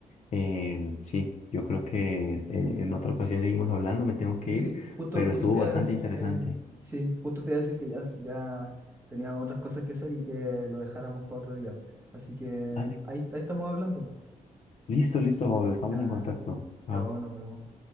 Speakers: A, on the left; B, on the right.
A: Em, sí, yo creo que eh, en otra ocasión seguimos hablando, me tengo que
B: sí,
A: ir,
B: sí, justo,
A: pero
B: justo
A: estuvo
B: te
A: bastante
B: iba a decir
A: interesante.
B: que, sí, justo te iba a decir que ya, ya tenía otras cosas que hacer y que lo dejáramos para otro día. Así que
A: Vale.
B: ahí, ahí estamos hablando.
A: Listo, listo, Pablo, estamos
B: Ya,
A: en contacto. Chao.
B: chao, nos vemos.